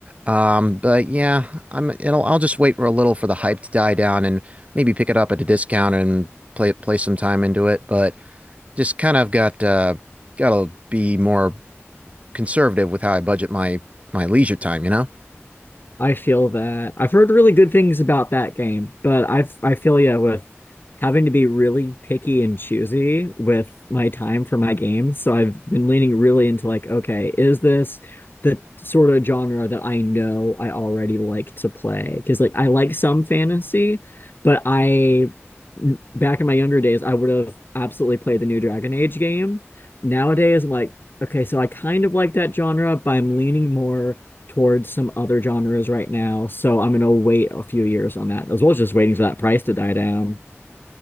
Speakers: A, on the right (about 30°); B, on the left (about 45°).
A: Um, but yeah, I'm it'll I'll just wait for a little for the hype to die down and maybe pick it up at a discount and play play some time into it. But just kind of got uh gotta be more conservative with how I budget my my leisure time, you know?
B: I feel that. I've heard really good things about that game, but I I feel yeah with having to be really picky and choosy with my time for my games. So I've been leaning really into like, okay, is this the sort of genre that I know I already like to play? Because like I like some fantasy, but I back in my younger days I would have absolutely played the new Dragon Age game. Nowadays, I'm like, okay, so I kind of like that genre, but I'm leaning more towards some other genres right now, so I'm gonna wait a few years on that, as well as just waiting for that price to die down. <laughs>